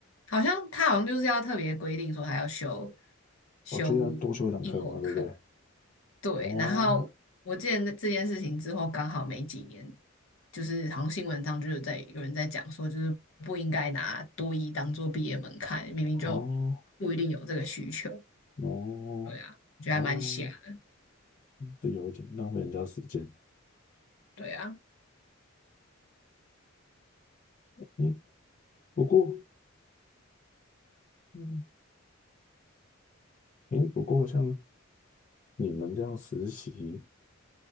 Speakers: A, on the left (about 70°); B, on the left (about 40°).
A: 好像他好像就是要特别规定说还要修修英文课，
B: 哦，就是要多修一堂课嘛，对不对？
A: 对，
B: 哦
A: 然后我记得那这件事情之后，刚好没几年，就是好像新闻上就是在有人在讲说，就是不应该拿多一当做毕业门槛，明明就
B: 哦
A: 不一定有这个需求。
B: 哦
A: 对啊，我觉得还蛮瞎的。
B: 哦，这有一点浪费人家时间。
A: 对啊，
B: 诶，不过，嗯，诶，不过像你们这样实习，